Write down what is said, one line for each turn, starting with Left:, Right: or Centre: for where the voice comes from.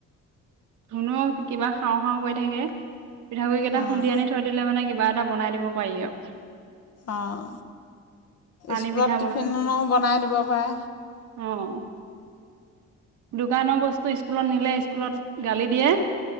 Right: ধুনোও কিবা খাওঁ খাওঁ কৰি থাকে পিঠাগুড়ি কেইটা
Left: অঁ
Right: খুন্দি আনি থৈ দিলে কিবা এটা বনাই দিব পাৰি অঁ
Left: অঁ
Right: পানী
Left: স্কুলত
Right: পিঠা
Left: টিফিনো বনাই দিব পাৰে
Right: অঁ দোকানৰ বস্তু স্কুলত নিলে স্কুলত গালি দিয়ে।